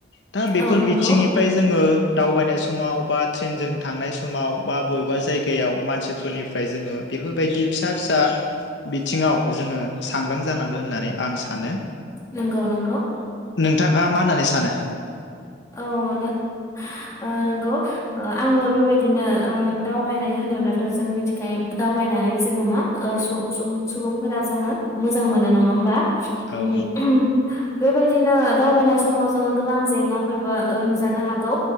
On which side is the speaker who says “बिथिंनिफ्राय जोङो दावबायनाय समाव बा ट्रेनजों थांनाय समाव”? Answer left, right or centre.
Left